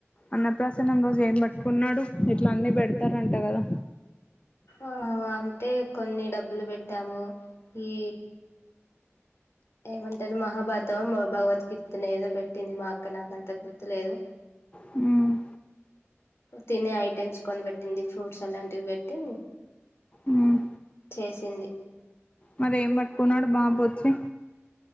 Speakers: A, on the left (about 25°); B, on the left (about 60°).
A: అన్నప్రాసన్నం రోజు ఏం పట్టుకున్నాడు ఇట్లా అన్నీ పెడతారు అంట కదా
B: ఆ అంతే కొన్ని డబ్బులు పెట్టాము ఈ ఏమంటారు మహాభారతం, భగవద్గీత అని ఏదో పెట్టింది మాఅక్క నాకంత గుర్తు లేదు
A: హ్మ్
B: తినే ఐటెమ్స్ కొనిబెట్టింది ఫ్రూట్స్ అలాంటివి పెట్టి
A: ఉమ్
B: చేసింది
A: మరి ఏం పట్టుకున్నాడు బాబొచ్చి